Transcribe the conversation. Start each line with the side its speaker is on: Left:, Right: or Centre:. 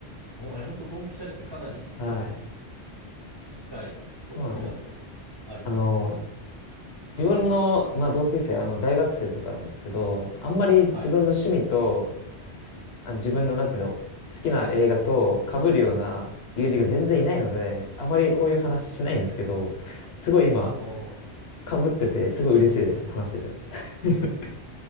Right: お、え、ほんとドンピシャですね。かなり多分
Left: <laughs> はい。
Right: 近い、
Left: そうなんですよ。
Right: こう、好みがありますね。
Left: あの、自分の、まあ、同級生、あの、大学生とかなんですけど、あんまり自分の趣味と
Right: はい。
Left: あ自分の、なんていうの、好きな映画と被るような友人が全然いないので、あまりこういう話しないんですけど、すごい今、
Right: そう。
Left: 被ってて、すごい嬉しいです、話してて。<laughs>